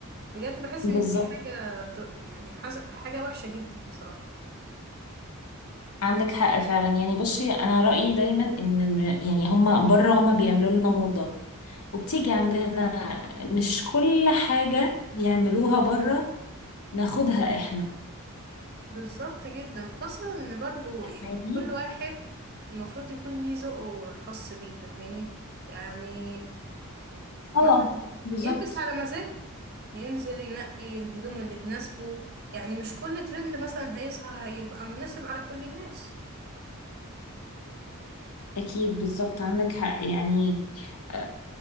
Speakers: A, on the right (about 45°); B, on the left (about 80°).
A: بجد بحس
B: بالظبط
A: ان دي حاجه بت... يعني حس... حاجه وحشه جدا بصراحه
B: عندك حق فعلا يعني بصي انا رأيي دايما ان الم- يعني هما بره هما بيعملوا لنا موضة وبتيجي عندنا مش كل حاجة يعملوها بره ناخدها احنا
A: بالظبط جدا خاصة ان برضو يعني
B: فاهمين
A: كل واحد المفروض يكون ليه ذوقه الخاص بيه فاهماني؟ يعني
B: اه
A: مثلا
B: بالظبط
A: يلبس على مزاجه ينزل ينقي الهدوم اللي تناسبه يعني مش كل ترند مثلا هيظهر هيبقى مناسب على كل الناس
B: اكيد بالظبط عندك حق يعني آه،